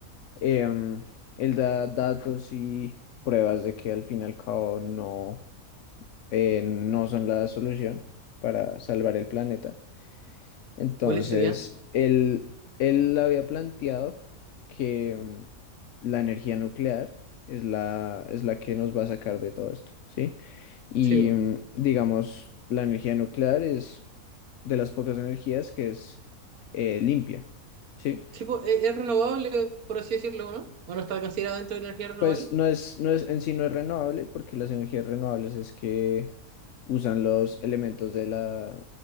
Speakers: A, on the left (about 65°); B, on the right (about 80°).
A: em, él da datos y pruebas de que al fin y al cabo no eh, no son la solución para salvar el planeta. Entonces,
B: ¿Cuáles serían?
A: él, él había planteado que mm, la energía nuclear es la, es la que nos va a sacar de todo esto, ¿sí? Y
B: Sí,
A: mm, digamos, la energía nuclear es de las pocas energías que es eh, limpia, ¿sí?
B: Sí, po, ¿es, es renovable, por así decirlo, ¿no? ¿O no está considerado dentro de la energía renovable?
A: Pues no es, no es, en sí no es renovable, porque las energías renovables es que usan los elementos de la,